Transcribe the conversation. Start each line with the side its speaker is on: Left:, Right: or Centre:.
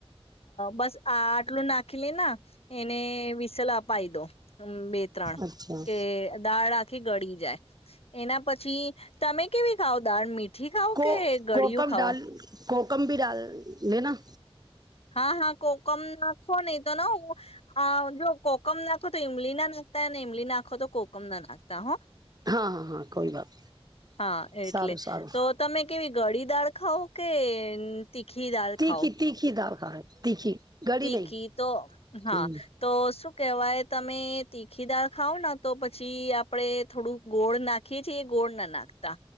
Left: બસ આ આટલું નાખી લે ના, એને વિસલ અપાઈ દો. બે ત્રણ,
Right: અચ્છા
Left: કે દાળ આખી ગળી જાય, એના પછી તમે કેવી ખાવ દાર મીટ મઠી ખાઓ
Right: કો
Left: કે ગળિયું
Right: કોકમ
Left: ખાઓ?
Right: ડાલ કોકમ ભી ડાલ દેના.
Left: હા હા કોકમ નાખો નહી તો ના હ, જો કોકમ નાખો તો ઈમલી ના નાખતા ઈમલી નાખો તો કોકમ ના નાખતા હો.
Right: હા હા હા કોઈ વાત.
Left: હા એટલે,
Right: સારું સારું
Left: તો તમે કેવી ઘડી દાળ ખઉ કે તીખી દાળ
Right: તીખી
Left: ખાઓ
Right: તીખી દઉ. હા તીખી. ગળી
Left: તીખી
Right: નહી
Left: તો હા
Right: હમ
Left: તો શું કેહેવાય તમે તીખી દાળ ખાવ ને તો પછી આપણેે થોડું ગોળ નાખીએ છીએ એ ગોળ ના નાખતા,